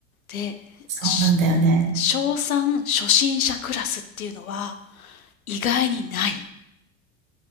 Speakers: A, on the left (about 80°); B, on the right (about 70°).
A: で、
B: そうなんだよね。
A: しうん、小3初心者クラスっていうのは意外にない